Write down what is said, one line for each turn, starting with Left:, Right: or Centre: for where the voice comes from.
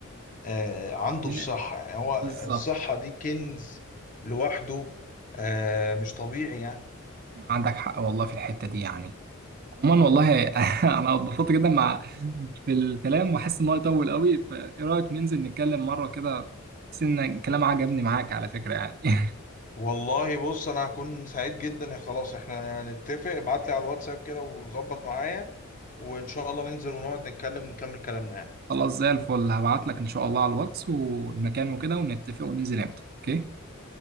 Left: آه عنده
Right: الدنيا.
Left: الصحه يعني هو
Right: بالظبط
Left: الصحه دي كنز لوحده آه مش طبيعي يعني
Right: عندك حق والله في الحته دي يعني عموما والله <laughs> انا اتبسطت جدا مع <laughs> في الكلام واحس ان هو يطول قوي فايه رايك ننزل نتكلم مره كده بس ان الكلام عجبني معاك على فكره يعني <laughs>
Left: والله بص انا هكون سعيد جدا يا خلاص احنا نتفق ابعت لي على الواتساب كده وظبط معايا وان شاء الله ننزل ونقعد نتكلم ونكمل كلامنا يعني
Right: خلاص زي الفل هبعت لك ان شاء الله على الواتس والمكان وكده ونتفق وننزل امتى اوكي